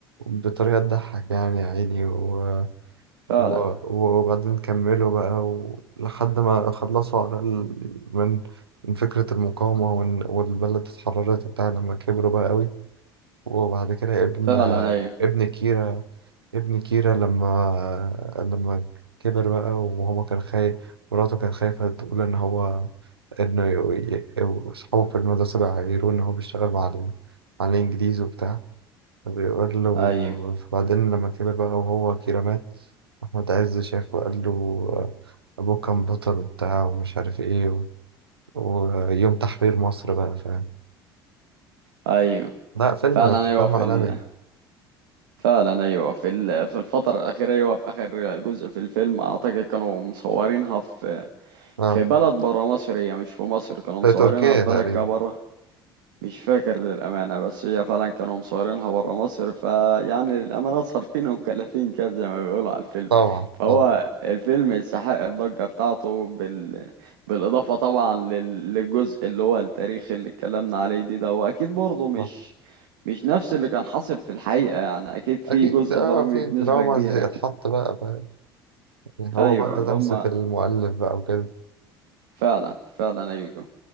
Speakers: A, on the right; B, on the right.
A: بطريقة تضحك يعني يا عيني و... و-
B: فعلا
A: وبعدين كملوا بقى و- لحد ما خلصوا على ال... من من فكرة المقاومة وإن- والبلد اتحررت وبتاع لما كبروا بقى قوي وبعد كده ابن
B: فعلا ايوه
A: ابن كيرا ابن كيرا لما لما كبر بقى وهو كان خايف مراته كان خايفة تقول إن هو إنه ي- ي- أصحابه في المدرسة بقى يعيروه إن هو بيشتغل مع ال... مع الإنجليز وبتاع بيقول له
B: ايوه
A: بعدين لما كبر بقى وهو كده مات أحمد عز شافه وقال له أبوه كان بطل وبتاع ومش عارف إيه و... ويوم تحرير مصر بقى فاهم
B: ايوه
A: لا فيلم
B: فعلا
A: فيلم
B: ايوه في
A: عالمي
B: ال... فعلا ايوه في ال... في الفتره الاخيره ايوه في اخر جزء في الفيلم اعتقد كانوا مصورينها في
A: اه
B: في بلد بره مصر هي مش في مصر كانوا مصورينها
A: في تركيا
B: في
A: تقريبا
B: بلد كده بره مش فاكر للأمانة بس هي فعلا كانوا مصورينها برا مصر فيعني للأمانة صارفين ومكلفين كده زي ما بيقولوا على الفيلم
A: طبعا
B: فهو
A: طبعا
B: الفيلم يستحق الضجة بتاعته بال... بالإضافة طبعا لل... للجزء اللي هو التاريخ اللي اتكلمنا عليه دي ده وأكيد برضه مش
A: طبعا.
B: مش نفس اللي كان حاصل في الحقيقة يعني أكيد في
A: أكيد
B: جزء
A: اه
B: درامي
A: في
B: بنسبة
A: دراما
B: كبيرة
A: زي اتحط بقى فاهم يعني هو
B: أيوه
A: بقى
B: اللي
A: لمسة
B: هما
A: المؤلف بقى وكده
B: فعلا فعلا أيوه